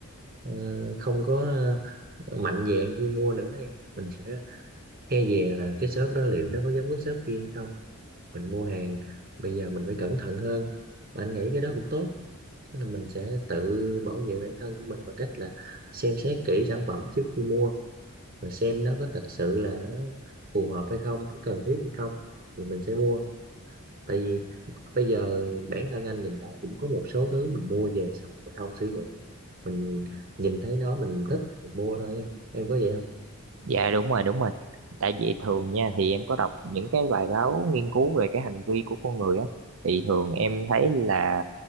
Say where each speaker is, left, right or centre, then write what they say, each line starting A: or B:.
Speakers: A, on the right (about 40°); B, on the right (about 65°).
A: ờ, không có ờ, mạnh dạn khi mua nữa em mình sẽ e dè là cái shop đó liệu nó có giống cái shop kia hay không mình mua hàng bây giờ mình phải cẩn thận hơn Mà anh nghĩ cái đó cũng tốt Tức là mình sẽ tự bảo vệ bản thân của mình bằng cách là xem xét kỹ sản phẩm trước khi mua và xem nó có thật sự là nó phù hợp hay không, có cần thiết hay không thì mình sẽ mua. Tại vì bây giờ bản thân anh nhìn lại cũng có một số thứ mình mua về xong mình không sử dụng. Mình nhìn thấy nó mình thích mình mua thôi. Em Em có vậy không?
B: dạ đúng rồi đúng rồi tại vì thường nha thì em có đọc những cái bài báo nghiên cứu về cái hành vi của con người á thì thường em thấy là